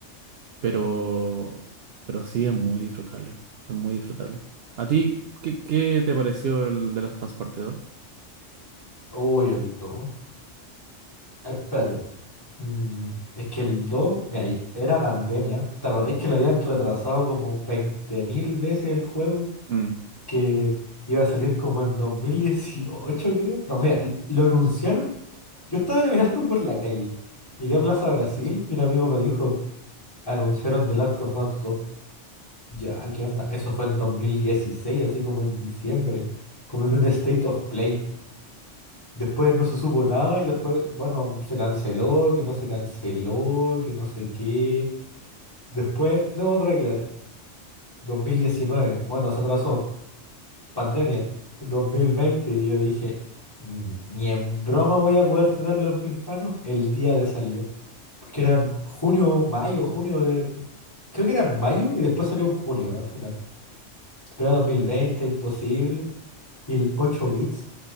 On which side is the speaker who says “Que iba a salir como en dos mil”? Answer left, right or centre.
Left